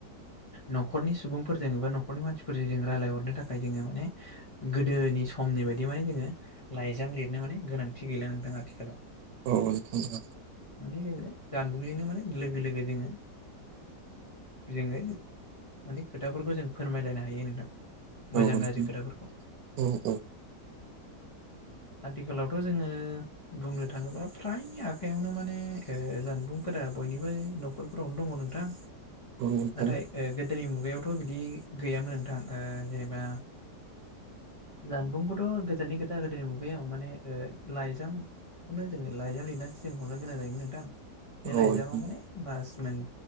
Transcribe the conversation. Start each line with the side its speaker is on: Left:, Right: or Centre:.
Left: न'खरनि सुबुंफोरजों एबा न'खरनि मानसिफोरजों जों रायज्लायहरनो थाखाय जोङो माने गोदो दोनि समनि बायदि माने जोङो लाइजाम लिरनो माने गोनांथि गैला नोंथां आथिखालाव
Right: औ औ <unintelligible>
Left: माने जोङो जानबुंजोंनो माने लोगो लोगो जोङो जोङो माने खोथाफोरखौ जों फोरमायलायनो हायो नोंथां मोजां
Right: औ नोंथां
Left: गाज्रि खोथाफोरखौ
Right: औ औ
Left: आथिखालावथ' जोङो बुंनो थाङोबा फ्रायनि आखायावनो माने ओ जानबुंफोरा बयनिबो न'खरफोरावनो दङ नोंथां
Right: औ नोंथां
Left: नाथाय ओ गोद दोनि मुगायावथ' बिदि गैयामोन नोंथां ओह जेनेबा जानबुंखौथ' गोजाननि खोथा गोदोनि मुगायाव माने ओह लाइजामखौनो जोङो लाइजाम लिरनानैसो जों हरनो गोनां जायोमोन नोंथां बे
Right: औ
Left: लाइजामा
Right: नोंथां
Left: माने मास मोन